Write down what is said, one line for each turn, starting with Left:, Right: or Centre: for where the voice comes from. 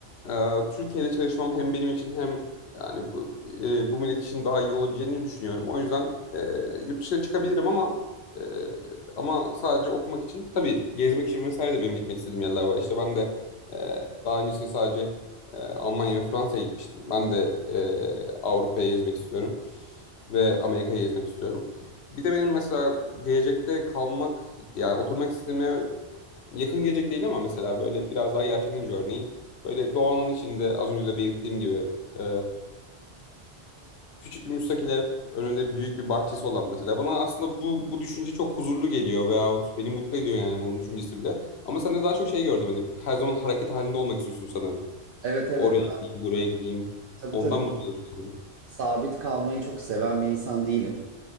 Left: e, Türkiye'de çalışmam hem benim için hem yani bu, e, bu millet için daha iyi olabileceğini düşünüyorum. O yüzden e, yurt dışına çıkabilirim ama e, ama sadece okumak için tabii gezmek için vesaire de benim gitmek istediğim yerler var. İşte ben de ee, daha öncesinde sadece e, Almanya ve Fransa'ya gitmiştim. Ben de e, Avrupa'yı gezmek istiyorum ve Amerika'yı gezmek istiyorum. Bir de benim mesela gelecekte kalmak, yani oturmak istediğim ev yakın gelecek değil ama mesela böyle biraz daha yaşlanınca örneğin böyle doğanın içinde az önce de belirttiğim gibi e, küçük bir müstakil ev, önünde büyük bir bahçesi olan mesela bana aslında bu bu düşünce çok huzurlu geliyor veyahut beni mutlu ediyor yani bunun düşüncesi bile. Ama sen de daha çok şey gördüm hani her zaman hareket halinde olmak istiyorsun sanırım.
Right: Evet
Left: Oraya
Right: evet. Ben
Left: gideyim, buraya gideyim.
Right: Tabii
Left: Ondan
Right: tabii.
Left: mutlu oluyorsun sanırım.
Right: Sabit kalmayı çok seven bir insan değilim.